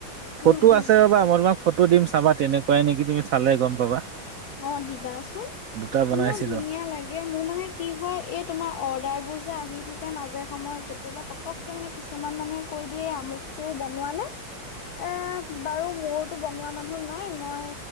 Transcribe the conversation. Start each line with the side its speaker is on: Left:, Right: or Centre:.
Right: ফটো
Left: উম উম
Right: আছে ৰবা, মই তোমাক ফটো দিম চাবা তেনেকুৱাই নেকি তুমি চালে গম পাবা।
Left: অ দিবাচোন।
Right: দুটা বনাইছিলো
Left: ইমান ধুনীয়া লাগে মোৰ মানে কি হয় এই তোমাৰ অৰ্ডাৰবোৰ যে আহি থাকে মাজে সময় কেতিয়াবা পতককে মানে কিছুমান মানুহে কৈ দিয়ে আমুকটো বনোৱা নে এ বাৰু মোৰতো বনোৱা মানুহ নাই, মই